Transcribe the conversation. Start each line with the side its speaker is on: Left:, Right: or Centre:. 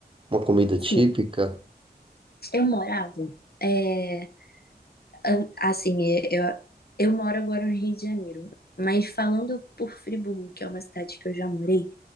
Right: Uma comida
Left: Sim,
Right: típica?
Left: eu morava. É, An- Assim, eu, eu moro agora no Rio de Janeiro, mas falando por Friburgo, que é uma cidade que eu já morei,